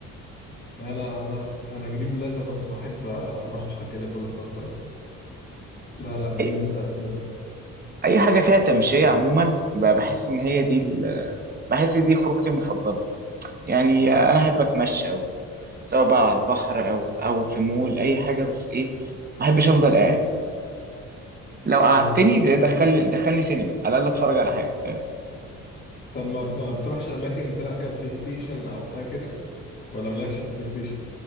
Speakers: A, on the left; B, on the right.
A: فانا انا انا جرين بلازا برضو بحب اروحها كده كل فتره لا لا جرين
B: اي
A: بلازا حلو قوي
B: أي حاجة فيها تمشية عموما ب- بحس ان هي دي ال... بحس دي خروجتي المفضلة يعني انا احب اتمشى او سواء بقى على البحر او او في مول اي حاجة بس ايه ما بحبش افضل قاعد لو قعدتني
A: فاهم
B: ده دخلني دخلني سينما على الاقل اتفرج على حاجة فاهم
A: طب ما ما بتروحش اماكن تلعب فيها بلاي ستيشن او حاجه كده ولا مالكش بلاي ستيشن